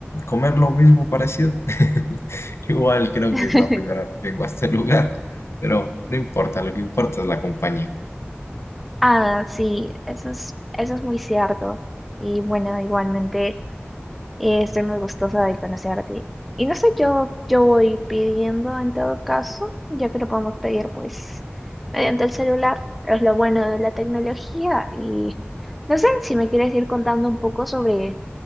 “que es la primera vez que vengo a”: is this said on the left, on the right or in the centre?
Left